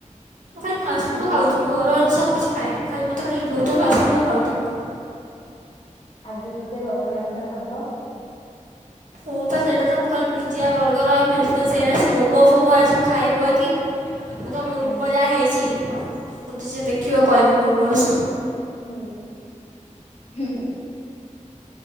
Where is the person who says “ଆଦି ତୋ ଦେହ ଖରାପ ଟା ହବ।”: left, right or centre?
Left